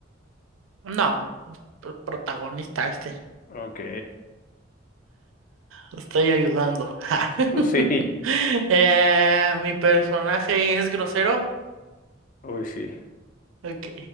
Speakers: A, on the right; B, on the left.
A: No, pr- protagonista este.
B: Ok,
A: Lo Estoy ayudando. <laughs>
B: <laughs> sí,
A: Eh, mi personaje es grosero.
B: uy, sí.
A: Ok.